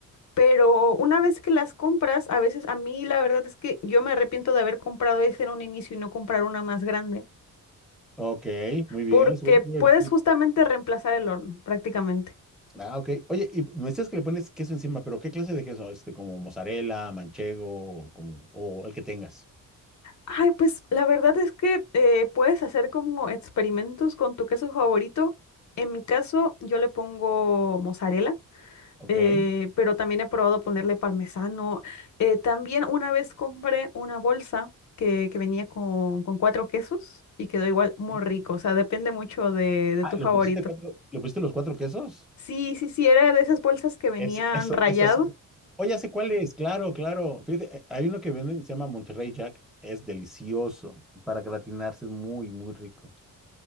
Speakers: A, on the left; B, in the centre.
A: Pero una vez que las compras, a veces a mí la verdad es que yo me arrepiento de haber comprado ese en un inicio y no comprar una más grande,
B: Ok, muy bien.
A: porque
B: es buen-
A: puedes
B: buen tip.
A: justamente reemplazar el horno prácticamente.
B: Ah, ok. Oye, y me decías que le pones queso encima, pero ¿qué clase de queso? Este, como mozzarella, manchego, como, o el que tengas.
A: Ay, pues la verdad es que eh, puedes hacer como experimentos con tu queso favorito. En mi caso, yo le pongo mozzarella
B: Ok.
A: eh, pero también he probado ponerle parmesano. Eh, también una vez compré una bolsa que, que venía con, con cuatro quesos y quedó igual
B: ok.
A: muy rico. O sea, depende mucho de, de
B: Ah,
A: tu
B: ¿le
A: favorito.
B: pusiste cuatro, le pusiste los cuatro quesos?
A: Sí, sí, sí, era de esas bolsas que venían
B: Eso, eso,
A: rayado.
B: eso sí. Oye, ¿hace cuál es? Claro, claro. Fíjate, eh, hay uno que venden, se llama Monterrey Jack. Es delicioso. Para gratinarse es muy, muy rico.